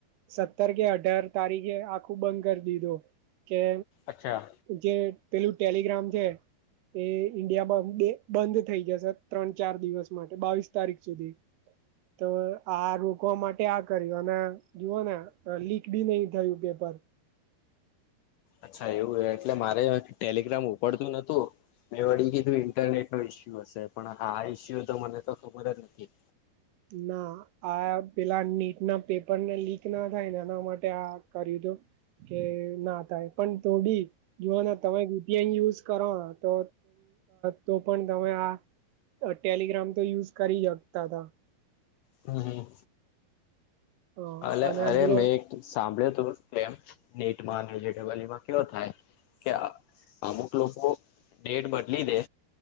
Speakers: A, on the right; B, on the left.
A: સત્તર કે અઢાર તારીખે આખું બંધ કરી દીધું કે
B: અચ્છા
A: જે પેલું ટેલિગ્રામ છે એ ઇન્ડિયા બંધ થઈ જશે ત્રણ ચાર દિવસ માટે બાવીસ તારીખ સુધી તો આ રોકવા માટે આ કર્યું અને જુઓ ને લીક ભી નહી થયું પેપર
B: અચ્છા એવું એટલે મારે ટેલિગ્રામ ઉપડતું નતું મેં વળી કીધું ઇન્ટરનેટ નો ઇસ્યુ હશે પણ આ ઇસ્યુ તો મને તો ખબર જ નથી
A: ના આ પેલા નીટ ના પેપરને લીક ના થાય ને એના માટે આ કર્યું હતું કે નાતાાય પણ થોડી જોઓને તમે વીટીઆ યુઝ કરો તો તો પણ તમે આ ટેલિગ્રામ તો યુઝ કરી શકતા હતા
B: હમ હમ
A: હ
B: અ
A: અને
B: અરે
A: જો
B: મેં એક સાંભળ્યું તું કેમ નેટમાંેબલમાં કેવ થાય કે અમુક લોકો ડેટ બદલી દે